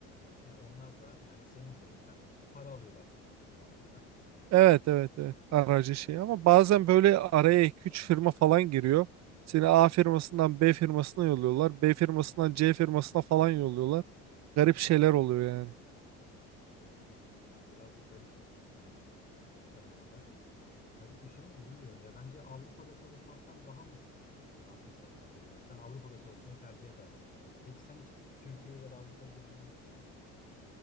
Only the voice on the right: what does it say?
Evet evet evet aracı şey ama bazen böyle araya 2-3 firma falan giriyor. Seni A firmasından B firmasına yolluyorlar. B firmasından C firmasına falan yolluyorlar. Garip şeyler oluyor yani.